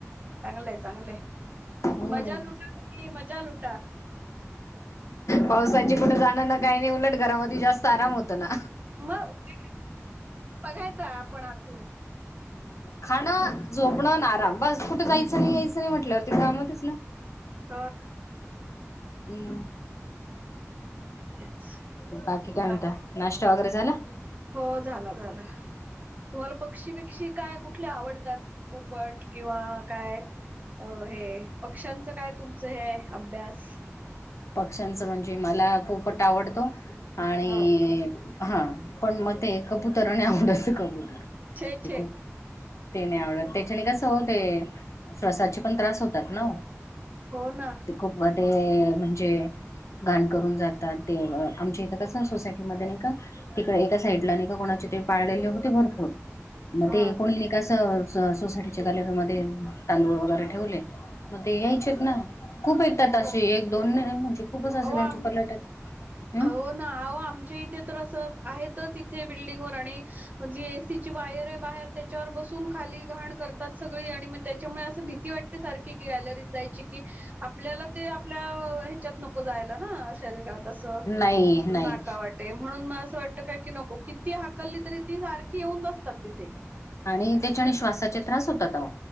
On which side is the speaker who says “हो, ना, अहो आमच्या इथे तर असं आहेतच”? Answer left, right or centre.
Right